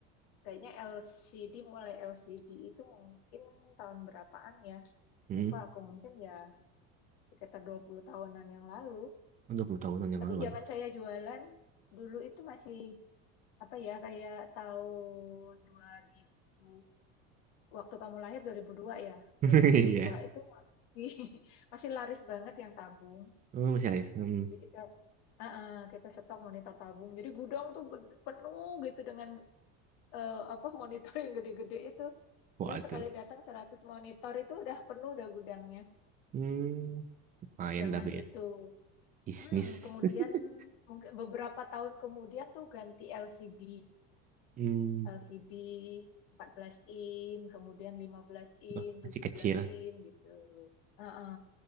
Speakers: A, on the left; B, on the right.
A: kayaknya LCD mulai LCD itu mungkin tahun berapaan ya?
B: Hmm.
A: Lupa aku mungkin ya sekitar 20 tahunan yang lalu.
B: Oh, dua puluh tahunan yang
A: Tapi
B: lalu.
A: zaman
B: aduh.
A: saya jualan dulu itu masih apa ya kayak tahun 2000. Waktu kamu lahir 2002 ya.
B: <laughs>
A: dua ribu dua
B: Iya.
A: itu masih <laughs> masih laris banget yang tabung.
B: Oh, masih ada. Hmm.
A: Jadi kita eh, eh, kita stok monitor tabung. Jadi gudang tuh gede- penuh gitu dengan eh, apa monitor yang gede-gede itu.
B: Waduh.
A: Ya sekali datang 100 monitor itu udah penuh udah gudangnya
B: Hmm. Lumayan
A: zaman
B: tapi ya.
A: itu.
B: Bisnis.
A: Hmm, kemudian
B: <laughs>
A: mungkin beberapa tahun kemudian tuh ganti LCD.
B: Hmm,
A: LCD belas in, kemudian 15 in,
B: oh,
A: 17
B: masih kecil.
A: in gitu. Heeh.